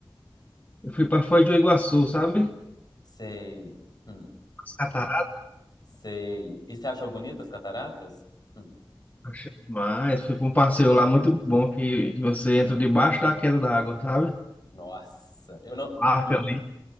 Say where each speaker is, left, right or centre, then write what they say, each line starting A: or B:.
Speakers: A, on the left; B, on the left.
A: Eu fui para Foz do Iguaçu, sabe?
B: Sei. Hum.
A: As cataratas,
B: Sei. E você achou bonitas as cataratas? Hum.
A: achei demais. Fui para um passeio lá muito bom que você entra debaixo da queda d'água, sabe?
B: Nossa, eu não.
A: Parca
B: não-
A: ali,